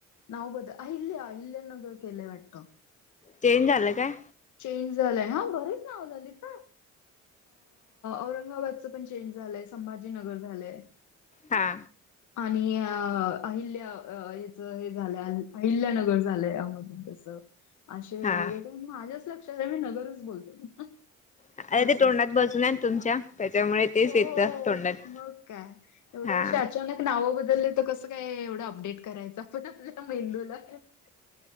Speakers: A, on the left; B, on the left.
A: नाव ब अहिल्या अहिल्या नगर केले वाटत.
B: चेंज झालं काय?
A: चेंज झालंय हा बरेच नाव झालेत ना औरंगाबादच पण चेंज झालंय संभाजीनगर झालंय.
B: हा.
A: आणि अहिल्या याच हे झालंय अहिल्यानगर झालंय अहमदनगरच असे वेगवेगळे
B: हा
A: माझ्याच लक्षात मी नगरच बोलते.
B: अरे
A: असं
B: ते तोंडात
A: असतं.
B: बसल ना तुमच्या त्याच्यामुळे तेच
A: हो.
B: येतं तोंडात-
A: मग काय. एवढे
B: हा
A: असे अचानक नाव बदलले तर कसं काय एवढं अपडेट करायचं पण आपल्या मेंदूला-